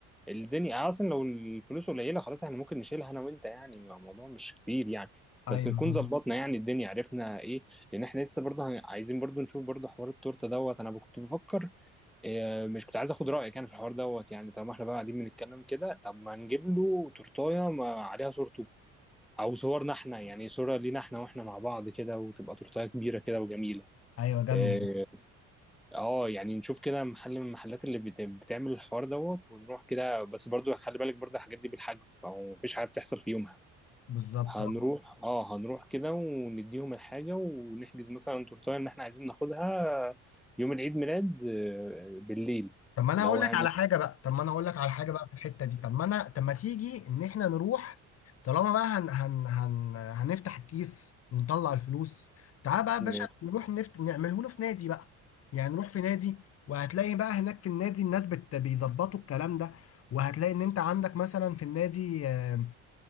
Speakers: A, in the centre; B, on the left.
A: الدنيا يعني اصلا لو الفلوس قليله خلاص احنا ممكن نشيلها انا وانت يعني ما- الموضوع مش كبير يعني
B: ايوه
A: بس نكون ظبطنا يعني الدنيا عرفنا ايه لان احنا لسه برضه هن- عايزين برضه نشوف برضه حوار التورته دوت انا كنت بفكر اه مش كنت عايز اخد رايك يعني في الحوار دوت يعني طالما احنا بقى قاعدين بنتكلم كده طب ما نجيب له تورتايه ما عليها صورته او صورنا احنا يعني صورة لينا احنا واحنا مع بعض كده وتبقى تورتايه كبيرة كده وجميلة
B: ايوه جنب
A: اه آه، يعني نشوف كده محل من المحلات اللي بت- بتعمل الحوار دوت ونروح كده بس برضو خلي بالك برضو الحاجات دي بالحجز فمفيش حاجة بتحصل في يومها
B: بالظبط
A: هنروح
B: اه
A: اه هنروح كده ونديهم الحاجة ونحجز مثلا تورتايه ان احنا عايزين ناخدها يوم العيد ميلاد آه، بالليل
B: طب ما انا
A: اللي
B: هقول
A: هو
B: لك
A: يعني
B: على حاجه بقى طب ما انا هقول لك على حاجه بقى في الحته دي طب ما انا طب ما تيجي ان احنا نروح طالما بقى هن هن هن هنفتح الكيس ونطلع الفلوس تعال بقى يا باشا
A: م-
B: نروح نفت نعمله له في نادي بقى يعني نروح في نادي وهتلاقي بقى هناك في النادي الناس بت... بيظبطوا الكلام ده وهتلاقي ان انت عندك مثلا في النادي آه،